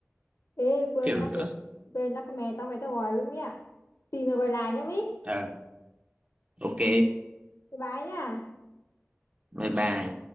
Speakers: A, on the left; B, on the right.
A: ê vừa
B: kiểu
A: nhắc
B: nữa
A: đến vừa nhắc mẹ tao mày tao gọi luôn mía tìm rồi gọi lại nhá mỹ
B: Ờ, ok
A: bye bye nhá
B: bye bye